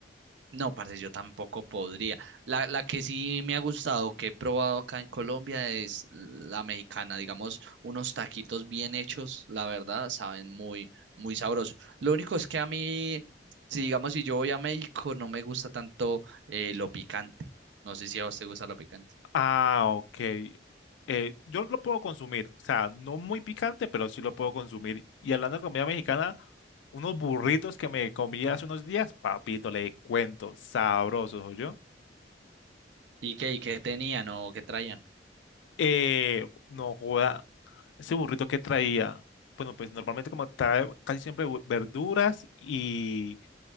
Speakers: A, on the right; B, on the left.
A: No, parce, yo tampoco podría. La, la que sí me ha gustado, que he probado acá en Colombia, es la mexicana. Digamos, unos taquitos bien hechos, la verdad, saben muy, muy sabrosos. Lo único es que a mí, si digamos, si yo voy a México, no me gusta tanto eh, lo picante. No sé si a usted gusta lo picante.
B: Ah, ok. Eh, yo lo puedo consumir, o sea, no muy picante, pero sí lo puedo consumir. Y hablando de comida mexicana, unos burritos que me comí hace unos días, papito, le cuento, sabrosos, yo
A: ¿Y qué, y qué tenían o qué traían?
B: Eh, no joda. Ese burrito que traía, bueno, pues normalmente como trae casi siempre vu- verduras y